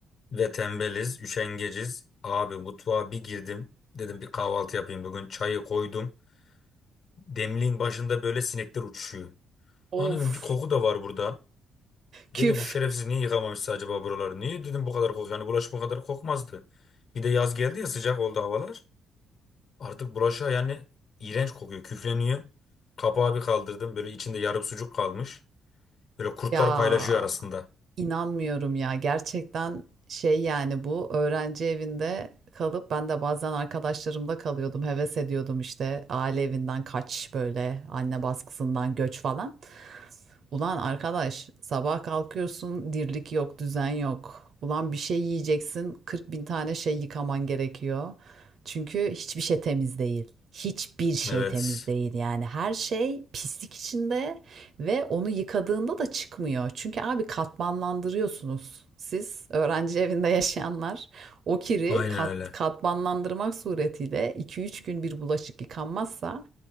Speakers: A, on the left; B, on the right.
A: Ve tembeliz, üşengeciz. Abi mutfağa bir girdim. Dedim bir kahvaltı yapayım bugün. Çayı koydum. Demliğin başında böyle sinekler uçuşuyor.
B: Of,
A: Lan dedim bir koku da var burada.
B: küf.
A: Dedi bu şerefsiz niye yıkamamışsa acaba buraları? Niye dedim bu kadar kok yani bulaşık bu kadar kokmazdı. Bir de yaz geldi ya sıcak oldu havalar. Artık bulaşığa yani iğrenç kokuyor, küfleniyor. Kapağı bir kaldırdım böyle içinde yarım sucuk kalmış. Böyle kurtlar
B: Ya.
A: paylaşıyor arasında.
B: İnanmıyorum ya. Gerçekten şey yani bu öğrenci evinde kalıp ben de bazen arkadaşlarımda kalıyordum. Heves ediyordum işte aile evinden kaç böyle anne baskısından göç falan. Ulan arkadaş sabah kalkıyorsun dirlik yok düzen yok. Ulan bir şey yiyeceksin 40 bin tane şey yıkaman gerekiyor. Çünkü hiçbir şey temiz değil. Hiçbir şey
A: Evet,
B: temiz değil yani her şey pislik içinde ve onu yıkadığında da çıkmıyor. Çünkü abi katmanlandırıyorsunuz. Siz öğrenci evinde yaşayanlar o kiri
A: aynen
B: kat,
A: öyle.
B: katmanlandırmak suretiyle iki üç gün bir bulaşık yıkanmazsa